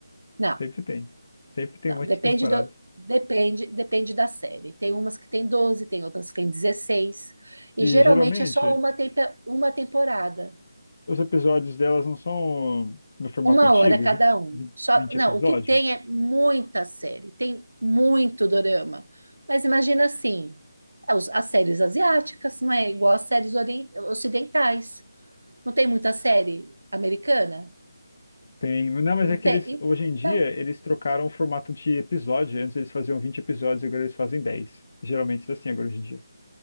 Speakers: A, on the right (about 80°); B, on the left (about 50°).
A: Não.
B: sempre tem. Sempre tem
A: Não,
B: um monte
A: depende
B: de temporada.
A: do, depende, depende da série. Tem umas que tem doze tem outras que tem dezesseis E
B: E
A: geralmente
B: geralmente.
A: é só uma, tempe- uma temporada,
B: Os episódios delas não são no formato
A: uma
B: antigo,
A: hora cada
B: 20
A: um. Só,
B: 20
A: não,
B: episódios?
A: o que tem é muita série, tem muito dorama. Mas imagina assim, as, as séries asiáticas não é igual às séries ori- ocidentais. Não tem muita série americana?
B: Tem. Não, mas
A: Não
B: é que
A: tem.
B: eles, hoje
A: E-
B: em
A: Então,
B: dia, eles trocaram o formato de episódio. Antes eles faziam 20 episódios, agora eles fazem dez Geralmente é assim agora hoje em dia.